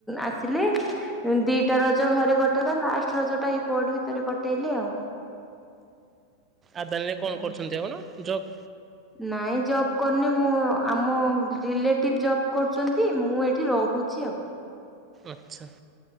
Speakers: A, in the centre; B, on the right.
A: ଆସିଲି। ଦିଟା ରଜ ଘରେ କଟିଲା ଲାଷ୍ଟ ରଜ ଟା ଏଇ ପଟ୍ ଭିତରେ କଟେଇଲି ଆଉ।
B: ଆଦାନୀରେ କଣ
A: ହୁଁ।
B: କରୁଛନ୍ତି ଆପଣ ଜବ୍।
A: ନାଇଁ ଜବ୍ କରୁନି ମୁଁ ଆମ ରିଲେଟିଭ ଜବ୍ କରୁଛନ୍ତି ମୁଁ ଏଇଠି ରହୁଛି ଆଉ।
B: ଆଛା।